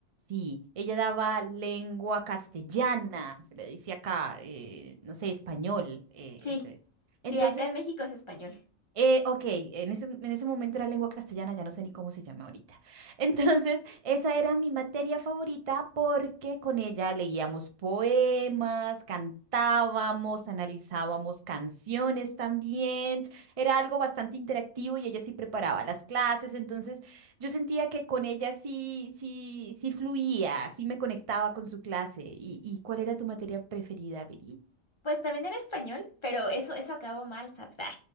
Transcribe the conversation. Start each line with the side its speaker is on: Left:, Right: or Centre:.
Right: sí, ella daba lengua castellana, se le dice acá, eh, no sé, español, eh,
Left: Sí,
Right: ese.
Left: sí,
Right: Entonces,
Left: acá en México es español.
Right: Eh, ok, en ese, en ese momento era lengua castellana, ya no sé ni cómo se llama ahorita. <laughs> Entonces, esa era mi materia favorita porque con ella leíamos poemas, cantábamos, analizábamos canciones también. Era algo bastante interactivo y ella sí preparaba las clases. Entonces, yo sentía que con ella sí, sí, sí fluía, sí me conectaba con su clase. ¿Y, y cuál era tu materia preferida, Viri?
Left: Pues también era español, pero eso, eso acabó mal, ¿sabes? <laughs> Ah,